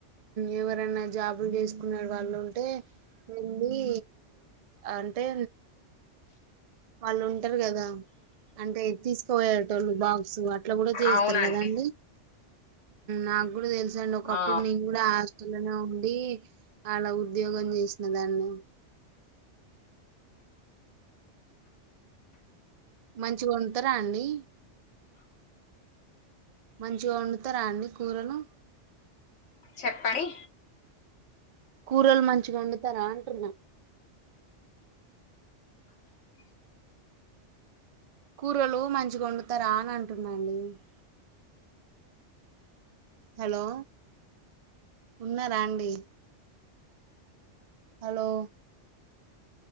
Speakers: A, on the right; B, on the left.
A: ఎవరన్నా జాబులు చేసుకున్నా వాళ్ ఉంటే మీ అంటే వాళ్ళు ఉంటారు కదా అంటే తీసుకుపోయారుట వాళ్ళు బాగసు అట్లా కూడా చేస్తారు
B: అవునండి
A: కదండి నాకు కూడా తెలుసా అండి ఒకప్పుడు
B: ఆ
A: నేను కూడా హాస్టల్లోనే ఉండి అలా ఉద్యోగం చేసినదాన్ని మంచిగుంట రండి మంచి గొండుత రండి కూరలు
B: చెప్పరి
A: కూరలు మంచిగా వండుతారా అంటున్న కూరలు మంచిగా వండుతారా అని అంటున్నానండి అంటున్నండి హలో ఉన్నారా అండి హలో